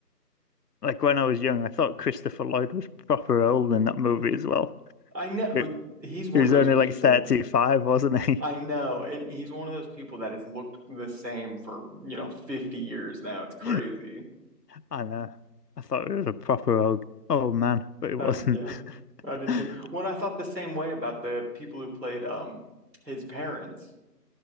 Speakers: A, on the left (about 70°); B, on the right (about 80°).
A: Like when I was young, I thought Christopher Lloyd was proper old in that movie as well.
B: I know
A: He
B: he's one
A: he was
B: of those
A: only
B: people.
A: like 35, wasn't he?
B: I know, and he's one of those people that has looked the same for, you know, 50 years now. It's crazy.
A: <laughs> I know. I thought it was a proper old old man, but it wasn't.
B: I, yeah,
A: <laughs>
B: I did too. When I thought the same way about the people who played um his parents,